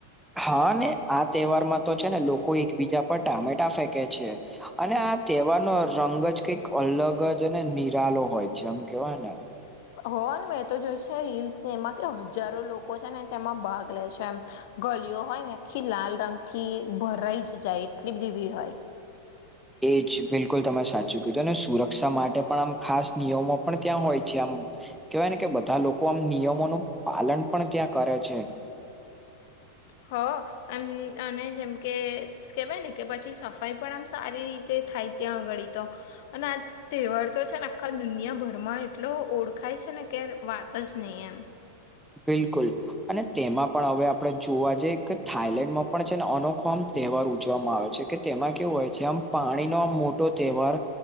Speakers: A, in the centre; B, on the left (about 50°).
A: હા ને આ તહેવારમાં તો છે, ને લોકો એકબીજા પર ટામેટા ફેંકે છે. અને આ તહેવારનો રંગ જ કઈક અલગ જ ન નિરાલો હોય છે, આમ કેવાય ને
B: હો ને મેં તો જોય છે રીલ્સને એમાં કે હજારો લો કો છે, ને તેમાં ભાગ લે છે, એમ ગલીઓ હોય ને આખી લાલ રંગથી ભરાઈ જાય એટલી બધી ભીડ હોય
A: એ જ બિલકુલ તમે સાચું કીધુ અને સુરક્ષા માટે પણ આમ ખાસ નિયમો પણ ત્યાં હોય છે, આમ કેવાય ને કે બધા લોકો આમ નિયમોનું પાલન પણ ત્યાં કરે છે.
B: હ અન અને જેમ કે કેવાયને કે પછી સફાઈ પણ આમ સારી રીતે થાય ત્યાં આગળી તો અને આ તેહવાર તો છે, ને આખા દુનિયાભરમાં એટલો ઓળખાય છે, ને કે વાત જ નહીં એમ
A: બિલકુલ. અને તેમાં પણ અવે આપણે જોવા જઈએ કે થાઈલેન્ડમાં પણ છે, ને અનોખો આમ તહેવાર ઉજવામાં આવે છે, કે તેમાં કેવું હોય છે, આમ પાણીનો આમ મોટો તહેવાર